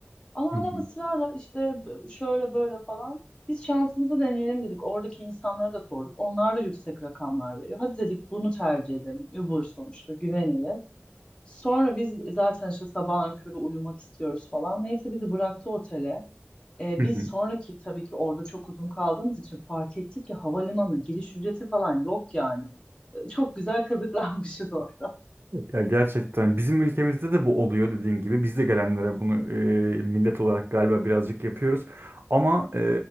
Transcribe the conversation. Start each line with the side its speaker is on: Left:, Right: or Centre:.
Left: Ama
Right: Hı
Left: adam
Right: hı.
Left: ısrarla işte b- şöyle böyle falan. Biz şansımızı deneyelim dedik. Oradaki insanlara da sorduk. Onlar da yüksek rakamlar veriyor. Hadi dedik bunu tercih edelim. Uber sonuçta güvenilir. Sonra biz zaten işte sabahın körü uyumak istiyoruz falan. Neyse bizi bıraktı otele. Ee,
Right: Hı
Left: biz
Right: hı.
Left: sonraki tabii ki orada çok uzun kaldığımız için fark ettik ki havalimanı giriş ücreti falan yok yani. Ee, Çok güzel kazıklanmışız orada.
Right: Evet, Ya gerçekten bizim ülkemizde de bu oluyor dediğin gibi. Biz de gelenlere bunu e, millet olarak galiba birazcık yapıyoruz. Ama e,